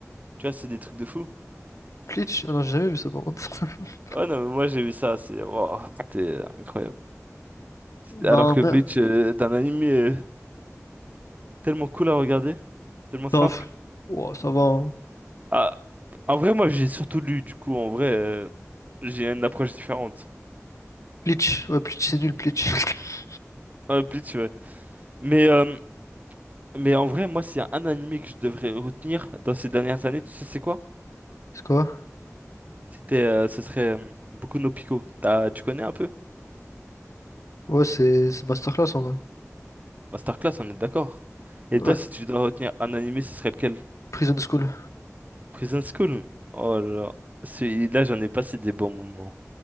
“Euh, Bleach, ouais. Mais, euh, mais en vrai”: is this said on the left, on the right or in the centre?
Right